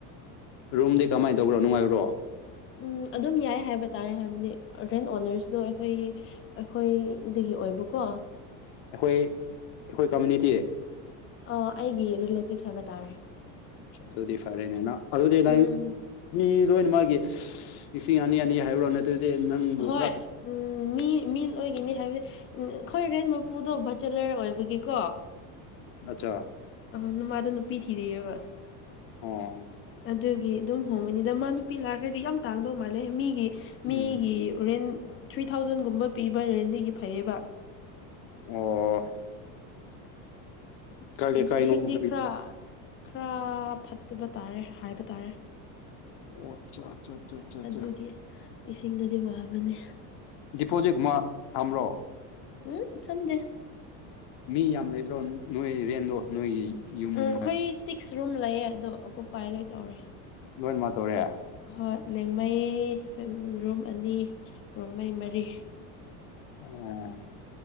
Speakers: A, on the left; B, on the left.
A: ꯔꯨꯝꯗꯤ ꯀꯃꯥꯏꯅ ꯇꯧꯕ꯭ꯔꯣ ꯅꯨꯡꯉꯥꯏꯕ꯭ꯔꯣ
B: ꯎꯝ ꯑꯗꯨꯝ ꯌꯥꯏ ꯍꯥꯏꯕ ꯇꯥꯔꯦ ꯍꯥꯏꯕꯅꯤ ꯔꯦꯟ ꯑꯣꯅꯔꯁꯗꯣ ꯑꯩꯈꯣꯏꯒꯤ ꯑꯩꯈꯣꯏꯗꯒꯤ ꯑꯣꯏꯕꯀꯣ
A: ꯑꯩꯈꯣꯏ ꯑꯩꯈꯣꯏ ꯀꯝꯃꯨꯅꯤꯇꯤ
B: ꯑ ꯑꯩꯒꯤ ꯔꯤꯂꯦꯇꯤꯞꯁ ꯍꯥꯏꯕ ꯇꯥꯔꯦ
A: ꯑꯗꯨꯗꯤ ꯐꯔꯦꯅꯦ ꯅꯪ ꯑꯗꯨꯗꯤ ꯅꯪ
B: ꯎꯝ
A: ꯃꯤ ꯂꯣꯏꯅꯃꯛꯀꯤ ꯂꯤꯁꯤꯡ ꯑꯅꯤ ꯑꯅꯤ ꯍꯥꯏꯕ꯭ꯔꯥ ꯅꯠꯇ꯭ꯔꯗꯤ ꯅꯪꯕꯨ
B: ꯍꯣꯏ
A: ꯈꯔ
B: ꯎꯝ ꯃꯤ ꯃꯤ ꯂꯣꯏꯒꯤꯅꯤ ꯍꯥꯏꯕꯗꯤ ꯑꯩꯈꯣꯏ ꯔꯦꯟ ꯃꯄꯨꯗꯣ ꯕꯆꯂꯔ ꯑꯣꯏꯕꯒꯤꯀꯣ
A: ꯑꯆꯥ
B: ꯑ ꯅꯨꯃꯗ ꯅꯨꯄꯤ ꯊꯤꯗ꯭ꯔꯤꯑꯕ
A: ꯑꯣ
B: ꯑꯗꯨꯒꯤ ꯑꯗꯨꯝ ꯍꯣꯡꯒꯅꯤꯗ ꯃꯥ ꯅꯨꯄꯤ ꯂꯥꯛꯈꯩꯗꯤ ꯌꯥꯝ ꯇꯥꯡꯗꯧ ꯃꯥꯜꯂꯦ ꯃꯤꯒꯤ
A: ꯎꯝ
B: ꯃꯤꯒꯤ ꯔꯦꯟ ꯊ꯭ꯔꯤ ꯊꯥꯎꯖꯟꯒꯨꯝꯕ ꯄꯤꯕ ꯔꯦꯟꯗꯒꯤ ꯐꯩꯌꯦꯕ
A: ꯑꯣ ꯀꯥꯏꯂ
B: ꯑꯗꯨ
A: ꯀꯥꯏꯅꯣꯅꯦꯅ
B: ꯏꯁꯤꯡꯗꯤ
A: ꯄꯖꯦ
B: ꯈꯔ ꯈꯔ ꯐꯠꯇꯕ ꯇꯥꯔꯦ ꯍꯥꯏꯕ ꯇꯥꯔꯦ
A: ꯑꯣ ꯑꯆꯥ ꯑꯆꯥ ꯑꯆꯥ
B: ꯑꯗꯨꯒꯤ ꯏꯁꯤꯡꯗꯗꯤ ꯋꯥꯕꯅꯦ
A: ꯗꯤꯄꯣꯖꯤꯠꯀꯨꯝꯕ ꯊꯝꯕ꯭ꯔꯣ
B: ꯎꯝ ꯊꯝꯗꯦ
A: ꯃꯤ ꯌꯥꯝ ꯂꯩꯕ꯭ꯔꯣ ꯅꯣꯏ ꯔꯦꯟꯗꯣ ꯅꯣꯏꯒꯤ ꯌꯨꯝ
B: ꯎꯝ ꯑꯩꯈꯣꯏ
A: ꯍꯥꯏ
B: ꯁꯤꯛꯁ ꯔꯨꯝ ꯂꯩꯌꯦ ꯑꯗꯣ ꯑꯣꯀꯨꯞꯄꯥꯏ ꯂꯣꯏ ꯇꯧꯔꯦ
A: ꯂꯣꯏꯃꯛ ꯇꯧꯔꯦ
B: ꯍꯣꯏ ꯂꯦꯡꯃꯩ ꯔꯨꯝ ꯑꯅꯤ ꯔꯣꯡꯃꯩ ꯃꯔꯤ
A: ꯑꯣ